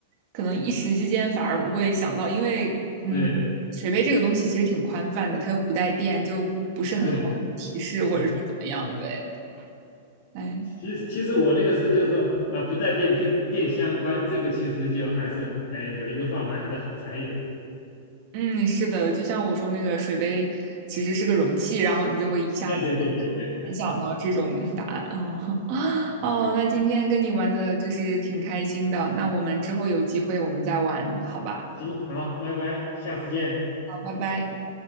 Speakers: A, on the right (about 40°); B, on the left (about 45°).
A: 可能一时之间反而不会想到，因为嗯，
B: 对
A: 水杯这个东西其实挺宽泛的，它又不带电，就不是很好提示或者说怎么样，
B: 对对对
A: 对，哎。
B: 其实其实我那个是就是说啊、不带电跟电相关，这个其实就还是哎有一个范围还是好猜一点的。
A: 嗯，是的，就像我说那个水杯其实是个容器，然后你就会一下子
B: 对对对对对对对，
A: 联想到这种答案哦 <laughs>
B: 嗯，
A: 哦，那今天跟你玩的就是挺开心的，那我们之后有机会我们再玩，好吧？
B: 行，好，拜拜，下次见。
A: 好，拜拜。